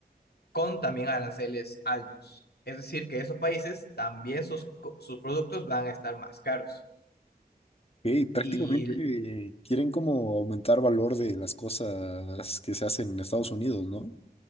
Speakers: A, on the left; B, on the left.
A: con también aranceles altos. Es decir, que esos países también sus, co- sus productos van a estar más caros.
B: Ok, prácticamente
A: Y
B: quieren como aumentar valor de las cosas que se hacen en Estados Unidos, ¿no?